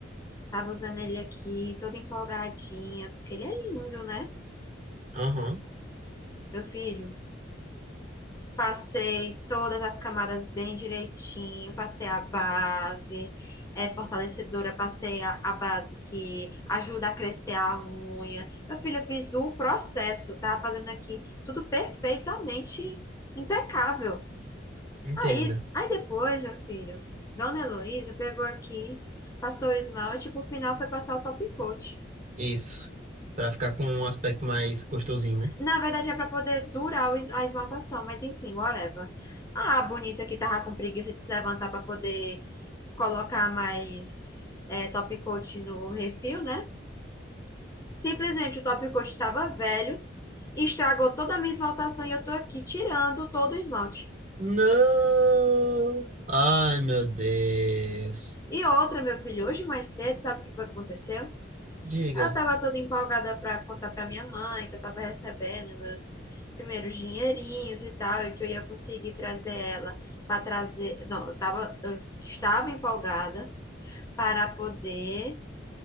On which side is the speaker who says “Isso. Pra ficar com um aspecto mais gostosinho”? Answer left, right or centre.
Right